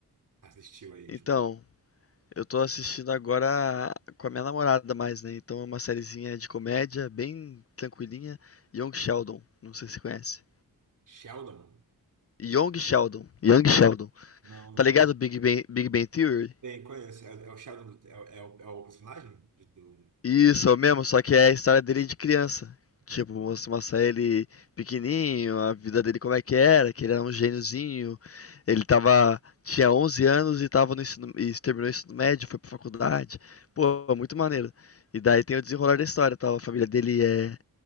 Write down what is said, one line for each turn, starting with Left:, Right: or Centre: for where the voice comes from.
Right: assistiu aí,
Left: Então,
Right: tipo,
Left: eu tô assistindo agora com a minha namorada mais, né? Então é uma sériezinha de comédia, bem tranquilinha. Young Sheldon, não sei se você conhece.
Right: Sheldon?
Left: Young Sheldon, Young Sheldon.
Right: Não,
Left: Tá ligado
Right: não.
Left: Big Bang, Big Bang Theory?
Right: Tem, conheço. É, é o Sheldon, do- é, é o, é o personagem do... do-
Left: Isso,
Right: do-
Left: é o mesmo, só que é a história dele de criança. Tipo,
Right: Hum.
Left: mostra mostra ele pequenininho, a vida dele como é que era, que ele era um gêniozinho. Ele tava, tinha 11 anos e tava no ensino, e terminou o ensino médio, foi pra faculdade. Pô, é muito maneiro. E daí tem o desenrolar da história, tal. A família dele é,